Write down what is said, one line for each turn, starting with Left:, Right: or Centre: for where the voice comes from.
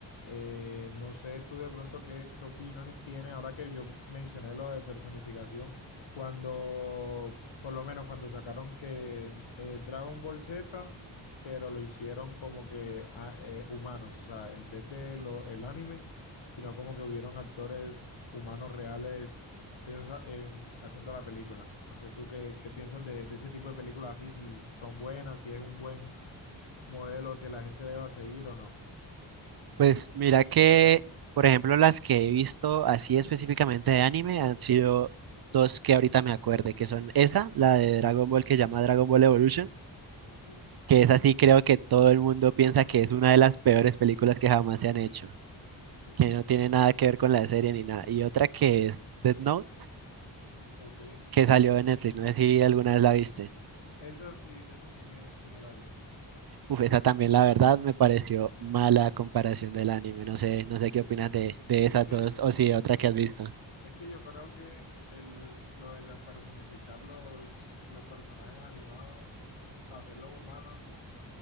Left: Eh, no sé tú de pronto qué, qué opiniones tienes ahora que yo mencioné lo de personificación, cuando, por lo menos cuando sacaron que eh, Dragon Ball Z, pero lo hicieron como que ah, eh, humanos, o sea, en vez de lo, el anime, sino como que hubieron actores humanos reales piensa en haciendo la película. No sé, tú qué, qué piensas de, de ese tipo de películas así, si son buenas, si es un buen modelo que la gente deba seguir o no.
Right: Pues mira que, por ejemplo, las que he visto así específicamente de anime han sido dos que ahorita me acuerde, que son esa, la de Dragon Ball que se llama Dragon Ball Evolution,
Left: Sí,
Right: que es así, creo que todo el mundo piensa que es una de las peores películas que jamás se han hecho.
Left: sí,
Right: que no tiene nada que ver con la serie ni nada. Y otra que es Death Note,
Left: ok.
Right: que salió en Netflix, no sé si alguna vez la viste.
Left: Esa sí, esa sí me, sí me la vi.
Right: Uf, esa también la verdad me pareció mala comparación del anime, no sé, no sé qué opinas de, de
Left: Es
Right: esas
Left: que,
Right: dos o si de otra
Left: es,
Right: que has visto.
Left: es que yo creo que el, lo de la- personificar los, los personajes animados, hacerlos humanos,